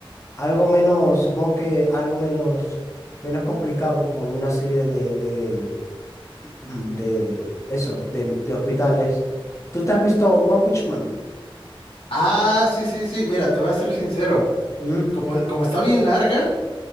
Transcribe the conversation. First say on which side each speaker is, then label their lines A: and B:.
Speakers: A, on the left (about 30°); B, on the left (about 80°).
A: algo menos, supongo que algo menos, menos complicado, como una serie de, de, mm, de eso, de, de hospitales. ¿Tú te has visto One Punch Man?
B: Ah, sí, sí, sí. Mira, te voy a ser sincero.
A: ¿Mm?
B: Como, como está bien larga,